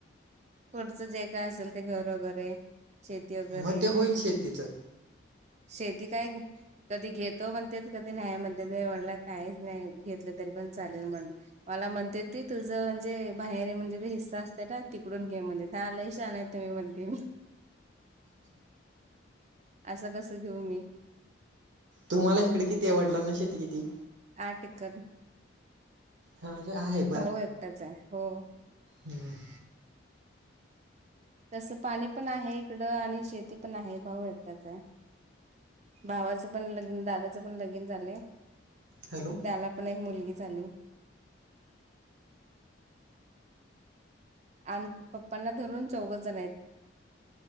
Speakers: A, on the right (about 35°); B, on the right (about 60°).
A: पुढचं जे काय असेल घर वगैरे. शेती वगैरे.
B: मग ते होईल शेतीचं
A: शेती काय कधी घेतो म्हणते कधी नाही म्हणते. म्हण काहीच नाही घेतलं तरी पण चालेल म्हणलं. मला म्हणते ती तुझं म्हणजे बाहेर म्हणजे तो हिस्सा असतं ना तिकडून घे म्हणे. ह लई शहाणं आहे तुम्ही म्हणते मी. असं कसं घेऊ मी.
B: तुम्हाला इकडे किती वडीलांना शेती किती?
A: आठ एकर
B: हां म्हणजे आहे
A: भाऊ एकटाच आहे हो.
B: हम्म.
A: तसं पाणी पण आहे इकडं आणि शेती पण आहे भाऊ एकटाच आहे. भावाचं पण लग्न दादाचं पण लगीन झालंय.
B: हॅलो.
A: त्याला पण एक मुलगी झाली. आणि पप्पांना धरून चौघेजण आहे त.